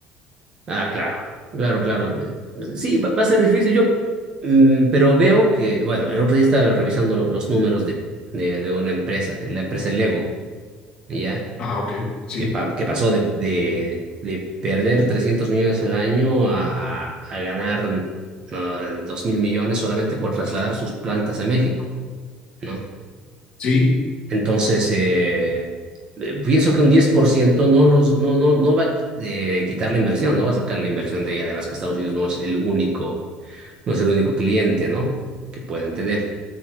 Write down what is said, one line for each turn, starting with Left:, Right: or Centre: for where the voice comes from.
Right: Ah, claro, claro, claro. Eh, Sí, va, va a ser difícil. Yo, mm, pero veo que, bueno, el otro día estaba revisando los números de, de, de una empresa, que es la empresa Lego, ¿ya?
Left: Ah, ok, sí.
Right: que, pa- que pasó de, de, de perder 300 millones al año a, a ganar ah, dos mil millones solamente por trasladar sus plantas a México, ¿no?
Left: Sí,
Right: Entonces, eh, eh, pienso que un 10% no, los, no, no, no va a eh, quitar la inversión, no va a sacar la inversión de ahí. Además que Estados Unidos no es el único, no es el único cliente, ¿no? que pueden tener.